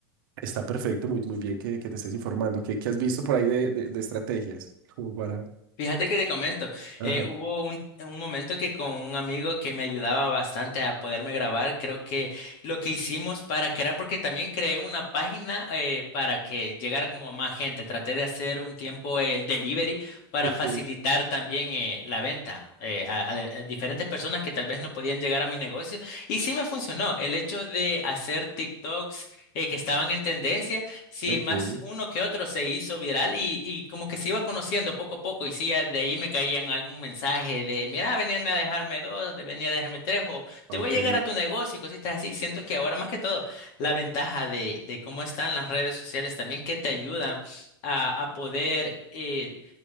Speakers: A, on the right; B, on the left.
A: Está perfecto, muy, muy bien que, que te estés informando. ¿Qué, qué has visto por ahí de, de, de estrategias? Como para...
B: Fíjate que te comento,
A: Ajá.
B: eh, hubo un, un momento que con un amigo que me ayudaba bastante a poderme grabar, creo que lo que hicimos para crear, porque también creé una página eh, para que llegara como a más gente, traté de hacer un tiempo el delivery para
A: Ok.
B: facilitar también eh, la venta eh, a, a- a diferentes personas que tal vez no podían llegar a mi negocio y sí me funcionó el hecho de hacer TikToks eh, que estaban en tendencia. Sí,
A: Ok,
B: más uno que otro se hizo viral y, y como que se iba conociendo poco a poco y sí, ya de ahí me caían algún mensaje de, mira, veníame a dejarme dos, de- venía a dejarme tres o
A: ok.
B: te voy a llegar a tu negocio y cositas así. Siento que ahora más que todo la ventaja de, de cómo están las redes sociales también que te ayudan a, a poder eh,